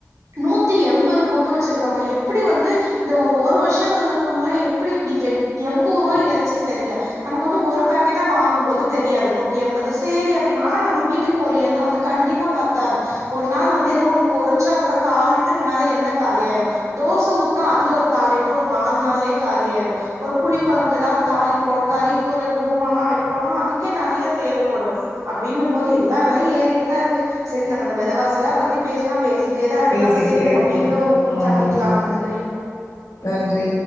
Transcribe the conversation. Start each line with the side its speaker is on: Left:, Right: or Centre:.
Right: நூத்தி எண்பது போட்டு வெச்சிருக்காங்க எப்டி வந்து இந்த ஒரு ஒரு வர்ஷங்கள்லு குள்ள எப்டி இப்டி எட் எண்பது ரூபா ஏறுச்சின்னு தெரியில நமக்கு வந்து ஒரு பாக்கெட்டா வாங்கும் போது தெரியாது நூத்தி எண்பது செரி அப்டின்னு ஆனா நம்ம வீட்டுக்கு ஒரு எண்ண வந்து கண்டிப்பா பத்தாது ஒரு நாள் வந்து ஏதோ ஒண்ணு பொறிச்சா கூட கால் லிட்டருக்கு மேல எண்ண காலி ஆயிரு தோச ஊத்னா அதுல ஒரு கால் லிட்டர் ஒரு நால் நாள்லே காலி ஆயிரு ஒரு புளி குழம்பு ஏதாவது தாளிக்கிறோ ஒரு கறி குறை குரும ல்லா வக்கிறோன்னா அதுக்கே நெறைய தேவப்படு அப்டின்னும் போது எல்லா வெலையு ஏறிட்டுதா இருக்கு செரி நம்ம அந்த வெலவாசில்லா பத்தி பேசினா பேசிட் ட்டேதா இருக்கலா
Left: பேசிக்கிட்டே
Right: செரி நம்ம
Left: இருக்கலா
Right: மீண்டும்
Left: ஆமா
Right: சந்திக்கலாம் நன்றி
Left: நன்றி